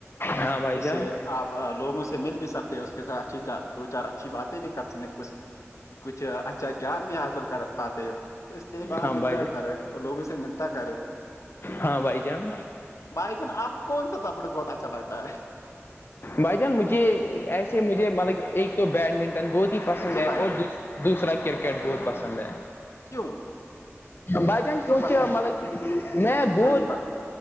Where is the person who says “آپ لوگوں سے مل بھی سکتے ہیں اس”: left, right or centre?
Left